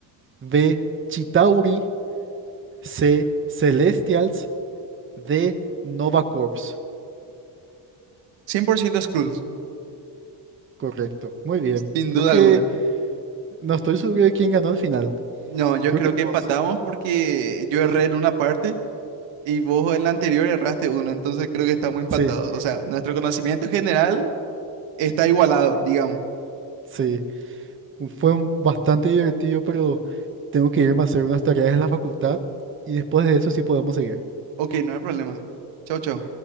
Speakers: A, on the right; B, on the right.
A: B. Chitauri. C. Celestials. de NovaCorps.
B: 100% Skrulls,
A: Correcto. Muy bien.
B: sin
A: Creo
B: duda
A: que
B: alguna.
A: no estoy seguro de quién ganó al final.
B: No, yo
A: Creo
B: creo
A: que vos.
B: que empatamos porque yo erré en una parte y vos en la anterior erraste uno, entonces creo que estamos empatados.
A: Sí,
B: O sea, nuestro conocimiento general está igualado, digamos.
A: sí. Fue un- bastante divertido, pero tengo que irme a hacer unas tareas en la facultad y después de eso sí podemos seguir.
B: Ok, no hay problema. Chau, chau.